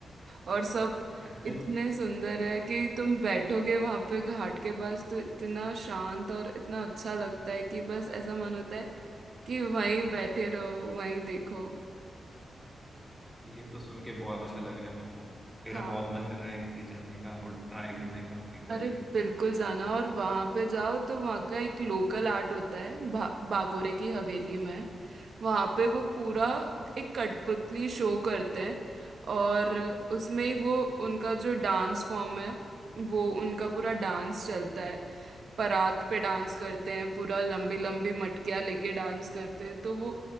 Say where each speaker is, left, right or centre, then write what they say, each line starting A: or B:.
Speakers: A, on the right; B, in the centre.
A: और सब
B: अच्छा
A: इतने सुंदर है कि तुम बैठोगे वहां पे घाट के पास तो इतना शांत और इतना अच्छा लगता है कि बस ऐसा मन होता है कि वहीं बैठे रहो वहीं देखो
B: ये तो सुन के बहुत अच्छा लग रहा है मेरे को मेरा
A: हाँ
B: बहुत मन कर रहा है एक बारी जानने का और ट्राई करने का एक बारी
A: अरे बिल्कुल जाना और वहां पे जाओ तो वहां का एक लोकल आर्ट होता है भा, बागोरे की हवेली में वहां पे वो पूरा एक कठपुतली शो करते हैं और उसमें ही वो उनका जो डांस फॉर्म है वो उनका पूरा डांस चलता है परात पे डांस करते हैं पूरा लंबी लंबी मटकियां लेके डांस करते हैं तो वो